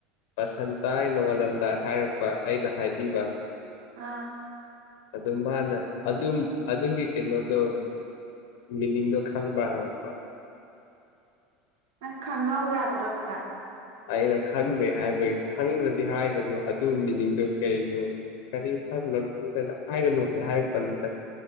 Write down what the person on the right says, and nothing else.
ꯑꯥ
ꯅꯪ ꯈꯪꯍꯧ ꯌꯥꯗ꯭ꯔꯣ ꯑꯗꯨꯗ